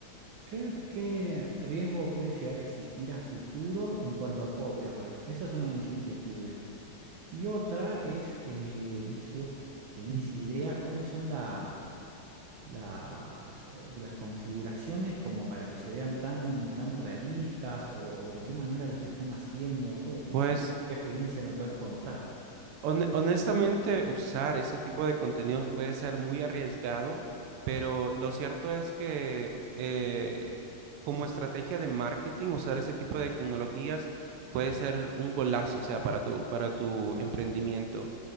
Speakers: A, on the right; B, on the right.
A: ¿Qué, qué riesgo puede llegar a existir a futuro en cuanto a copyright? Esa es una de mis inquietudes. Y otra es, eh, no sé si vos tenés
B: Mm.
A: idea, cuáles son las, las, eh, las configuraciones como para que se vean tan, tan realistas o, o de qué manera los están haciendo. Co- No
B: Pues...
A: sé qué, qué experiencia me podés contar.
B: Hon- Honestamente, usar ese tipo de contenidos puede ser muy arriesgado, pero lo cierto es que eh, como estrategia de marketing, usar ese tipo de tecnologías puede ser un golazo, o sea, para tu, para tu emprendimiento.